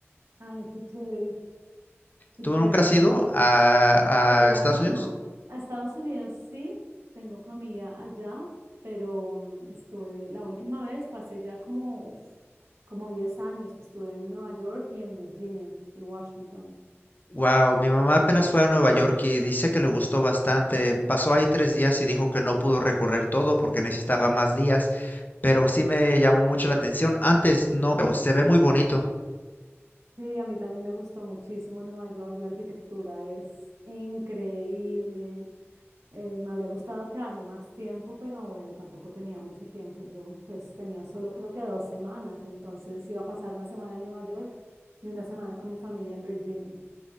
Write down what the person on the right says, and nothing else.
Ay, qué chévere, qué
chévere,
yo
nunca he estado.
A Colorado
no. A Estados Unidos sí, tengo familia allá, pero mm, estuve, la última vez fue hace ya como, uf, como 10 años que estuve en Nueva York y en Virginia y Washington.
Sí, a mí también me gustó muchísimo Nueva York, la arquitectura es increíble. Eh, me habría gustado quedarme más tiempo, pero bueno, tampoco tenía mucho tiempo. Yo pues tenía solo creo que dos semanas, entonces iba a pasar una semana en Nueva York y una semana con mi familia en Virginia.